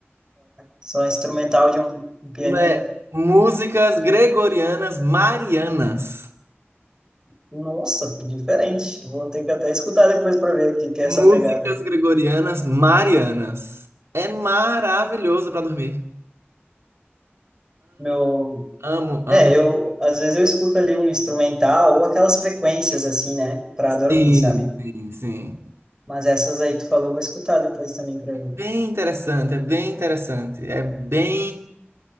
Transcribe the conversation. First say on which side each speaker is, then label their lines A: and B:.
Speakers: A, on the right; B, on the right.
A: só instrumental de um, um pianinho,
B: né? Músicas gregorianas marianas.
A: nossa, diferente. Vou ter que até escutar depois para ver o que que é
B: Músicas
A: essa pegada aí.
B: gregorianas marianas. É maravilhoso para dormir.
A: Meu,
B: Amo, amo.
A: É, eu às vezes eu escuto ali um instrumental ou aquelas frequências assim, né, para
B: Sim,
A: dormir, sabe?
B: sim, sim.
A: Mas essas aí que tu falou, eu vou escutar depois também para ver.
B: Bem interessante, é bem interessante. É bem,